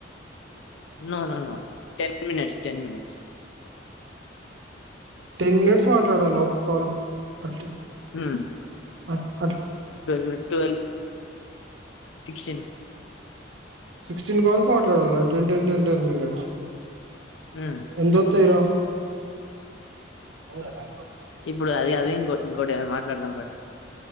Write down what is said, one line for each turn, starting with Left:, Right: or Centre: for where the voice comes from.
Left: no no no ten minutes ten minutes
Right: ten minutes మాట్లాడాలా ఒక కాల్ అట్లనా
Left: హ్మ్
Right: okay
Left: twelve twelve sixteen
Right: sixteen calls మాట్లాడాలి. టెన్ టెన్ టెన్ మినిట్స్
Left: హ్మ్.
Right: ఎంతోతయి రా అ రా
Left: ఇప్పుడు అది కాదు ఇంకో ఇంకోటి ఏదన్న మాట్ మాట్లాడుదాం పట్